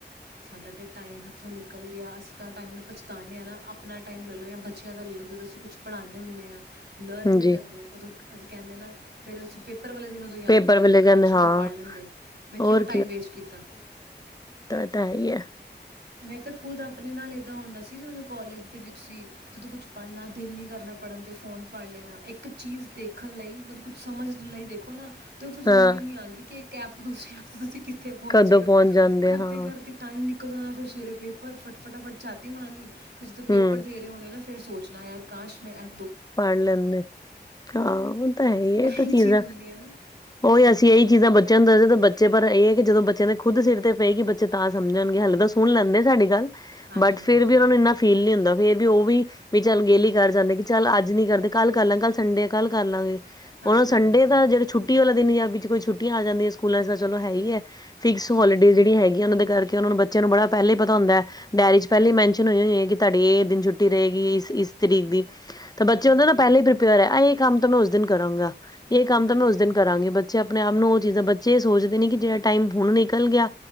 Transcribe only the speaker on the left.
ਹਾਂਜੀ
ਪੇਪਰ
ਵੇਲੇ
ਕਹਿੰਦੇ
ਹਾਂ
ਹੋਰ
ਪਤਾ ਹੀ ਹੈ।
ਹਾਂ
ਕਦੋਂ
ਪਹੁੰਚ ਜਾਂਦੇ
ਹਾਂ,
ਹੂੰ,
ਪੜ ਲੈਂਦੇ ਹਾਂ ਉਹ ਤਾਂ ਹੈ ਹੀ ਇਹ
ਤਾਂ ਚੀਜ਼
ਉਹੀ ਅਸੀਂ ਇਹੀ ਚੀਜ਼ਾਂ ਬੱਚਿਆਂ ਨੂੰ ਦੱਸਦੇ ਤਾਂ ਬੱਚੇ ਪਰ ਇਹ ਹੈ ਕਿ ਜਦੋਂ ਬੱਚਿਆਂ ਦੇ ਖੁਦ ਸਿਰ ਤੇ ਪਏਗੀ ਬੱਚੇ ਤਾਂ ਸਮਝ ਸਮ ਜਾਣਗੇ ਹਲੇੇ ਤਾਂ ਸੁਣ ਲੈਂਦੇ ਸਾਡੀ ਗੱਲ
ਬਟ ਫੇਰ
ਵੀ ਉਹਨਾਂ
ਨੂੰ ਇੰਨਾ ਫੀਲ ਨੀ ਹੁੰਦਾ। ਫੇਰ ਵੀ ਉਹ ਵੀ ਚੱਲ ਗਹਲੀ ਕਰ ਜਾਂਦੇ ਕਿ ਚੱਲ ਅੱਜ ਨੀ ਕਰਦੇ ਕੱਲ ਕਰ ਲਾਂ ਕੱਲ ਸੰਡੇ ਕੱਲ ਕਰ ਲਾਂਗੇ।
ਹੁਣ ਸੰਡੇ
ਦਾ ਜਿਹੜੇ ਛੁੱਟੀ ਵਾਲੇ ਦਿਨਾਬ ਵਿੱਚ ਚ ਕੋਈ ਛੁੱਟੀਆਂ ਆ ਜਾਂਦੀਆਂ ਸਕੂਲਾਂ ਚ ਤਾਂ ਚਲੋ ਹੈ ਹੀ ਹੈ। ਫਿਕਸ ਹੋਲੀਡੇ
ਜਿਹੜੀਆਂ ਹੈਗੀੀਆਂ ਉਹਨਾਂ ਦੇ ਕਰਕੇ ਉਹਨਾਂ ਨੂੰ ਬੱਚਿਆਂ ਨੂੰ ਬੜਾ ਪਹਿਲੇ ਪਤਾ ਹੁੰਦਾ ਹੈ। ਡਾਇਅਰੀ 'ਚ ਪਹਿਲੇ
ਮੈਨਸ਼ਨ ਹੋਏ ਹੋਈ ਹੈ ਕਿ ਤੁਹਾਡੀ ਇਹ ਦਿਨ ਛੁੱਟੀ ਰਹੇਗੀ ਇਸ ਤਰੀਕ ਦੀ ਤੇ ਬੱਚੇ ਹੁੰਦੇ
ਨਾ ਪਹਿਲੇਾਂ ਹੀ ਪ੍ਰੀਪੇਅਰ ਹੈ ਆਹ ਇਹ ਕੰਮ ਤਾਂ ਮੈਂ ਉਸ ਦਿਨ ਕਰਾਂਗਾ। ਇਹ ਕੰਮ ਤਾਂ
ਮੈਂ ਉਸ ਦਿਨ
ਕਰਾਂਗੀ ਬੱਚੇ ਆਪਣੇ ਆਪ ਨੂੰ ਚੀਾਂ ਬੱਚੇ ਇਹ ਸੋਚਦੇ ਨੇ ਕਿ ਜਿਹੜਾ ਟਾਈਮ ਹੁਣ ਨਿਕਲ ਗਿਆ